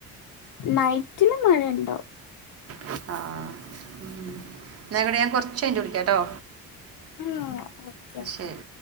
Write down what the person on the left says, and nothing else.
നൈറ്റില് മഴ ഉണ്ടാവും
ആഹ് ഓക്കെ ഒക്കെ